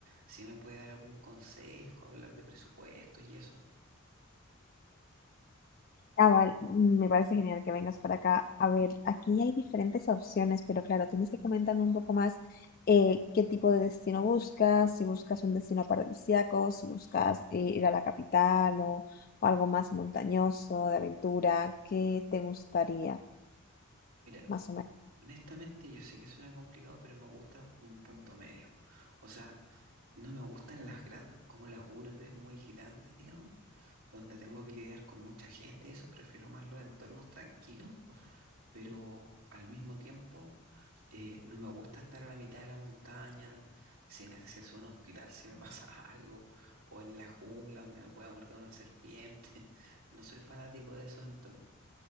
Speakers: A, on the right; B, on the left.
A: si me puede dar algún consejo, hablar de presupuestos y eso.
B: Ah, vale, me parece genial que vengas para acá. A ver, aquí hay diferentes opciones, pero claro, tienes que comentarme un poco más eh, qué tipo de destino buscas, si buscas un destino paradisíaco, si buscas eh, ir a la capital o, o algo más montañoso, de aventura, ¿qué te gustaría,
A: Mira.
B: más o menos?
A: Honestamente, yo sé que suena complicado, pero me gusta un punto medio. O sea, no me gustan las grandes, como las urbes muy grandes, digamos, donde tengo que lidiar con mucha gente y eso, prefiero más los entornos tranquilos, pero al mismo tiempo eh, no me gusta estar a la mitad de la montaña, sin acceso a un hospital si me pasa <laughs> algo, o en la jungla donde me pueda morder una serpiente. <laughs> No soy fanático de esos entornos.